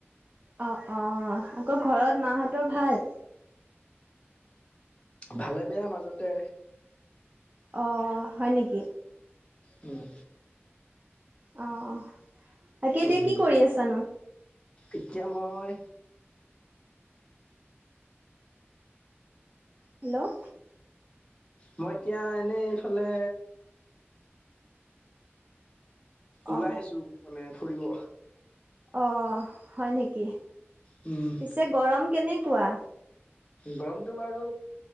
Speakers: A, on the right; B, on the left.
A: অ অ আকৌ ঘৰত মা হঁতৰ ভাল?
B: ভালে বেয়া মাজতে
A: অঁ হয় নিকি?
B: উম
A: অ অ তাকে এতিয়া
B: উম
A: কি কৰি আছানো?
B: এতিয়া মই
A: হেল্ল'
B: মই এতিয়া এনে এইফালে ওলাইছো
A: অ অ
B: মানে ফুৰিব
A: অ হয় নিকি?
B: উম
A: পিছে গৰম কেনেকুৱা?
B: গৰমটো বাৰু